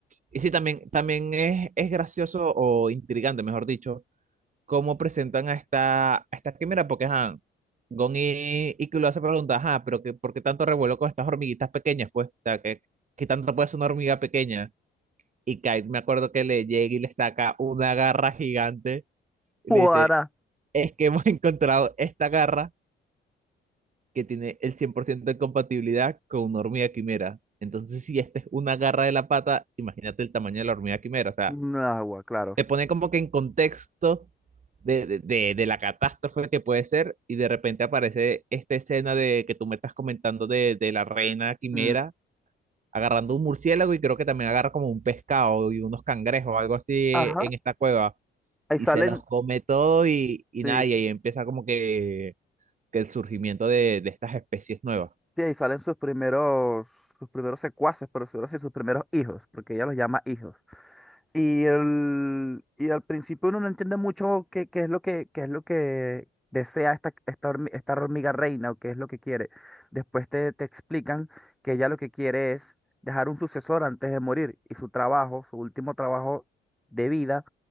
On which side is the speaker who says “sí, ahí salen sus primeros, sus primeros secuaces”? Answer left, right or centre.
Centre